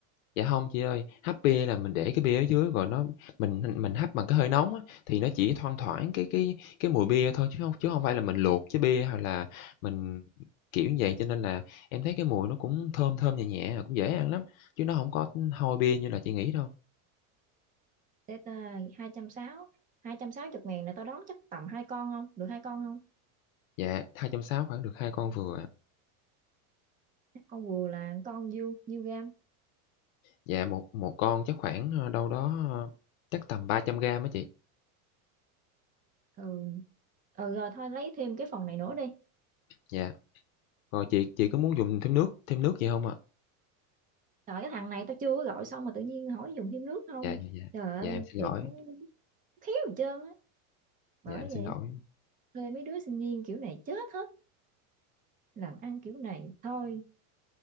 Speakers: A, on the left (about 65°); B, on the right (about 20°).
A: Dạ không chị ơi, hấp bia là mình để cái bia ở dưới rồi nó mình mình hấp bằng cái hơi nóng á, thì nó chỉ thoang thoảng cái cái cái mùi bia thôi chứ không chứ không phải là mình luộc chế bia hoặc là mình kiểu như vậy. Cho nên là em thấy cái mùi nó cũng thơm thơm, nhẹ nhẹ, cũng dễ ăn lắm, chứ nó không có hôi bia như là chị nghĩ đâu.
B: để ta hai trăm sáu hai trăm sáu chục ngàn là tao đón chắc tầm hai con không được hai con không
A: Dạ, hai trăm sáu khoảng được 2 con vừa à.
B: hai con vừa là con nhiêu nhiêu gam
A: Dạ, một một con chắc khoảng, ơ, đâu đó, ơ, chắc tầm 300 gam á chị.
B: ừ ừ rồi thôi lấy thêm cái phần này nữa đi
A: Dạ, rồi chị chị có muốn dùng thêm nước thêm nước gì không ạ?
B: trời cái thằng này tao chưa có gọi xong mà tự nhiên hỏi dùng thêm nước không
A: Dạ, dạ, dạ.
B: trời ơi
A: Dạ, em xin
B: thiệt
A: lỗi,
B: nó khéo gì trơn á bởi
A: dạ, em xin
B: vậy
A: lỗi.
B: thuê mấy đứa sinh viên kiểu này chết hết làm ăn kiểu này thôi